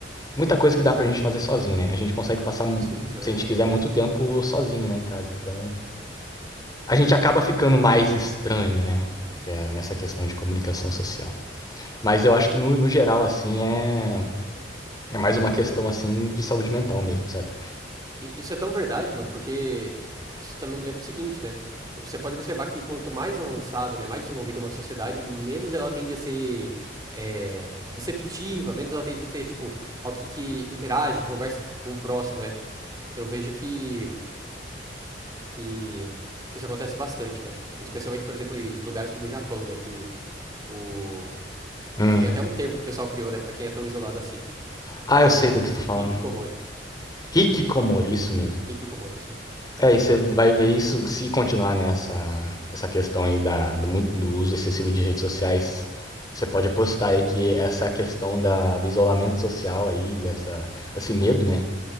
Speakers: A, on the left (about 20°); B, on the right (about 20°).
A: muita coisa que dá pra gente fazer sozinho, né? A gente consegue passar, se
B: sim, isso é verdade.
A: a gente quiser, muito tempo sozinho, né, em casa. Então, a gente acaba ficando mais estranho, né? É, nessa questão de comunicação social. Mas eu acho que no, no geral, assim, é. É mais uma questão, assim, de saúde mental mesmo, sabe?
B: E- Isso é tão verdade, mano, porque isso também me lembra o seguinte, né? Você pode observar que quanto mais avançado, né, mais desenvolvida é uma sociedade, menos ela tende a ser é, receptiva, menos ela tende a ser, tipo, alguém que interage, conversa com o próximo, né? Eu vejo que, que, que isso acontece bastante, né? Especialmente, por exemplo, em lugares como o Japão, né? Que o...
A: Hum.
B: tem até um termo que o pessoal criou, né, pra quem é tão isolado assim,
A: Ah,
B: que
A: eu
B: é
A: sei
B: o
A: do que
B: Hik-
A: você tá falando.
B: Hikikomori.
A: Hikikomori, isso mesmo.
B: Hikikomori, isso mesmo.
A: É, e você vai ver isso se continuar nessa essa questão aí da, do, muito- do uso excessivo de redes sociais. Você pode apostar aí que essa questão da, do isolamento social aí, dessa, esse medo, né?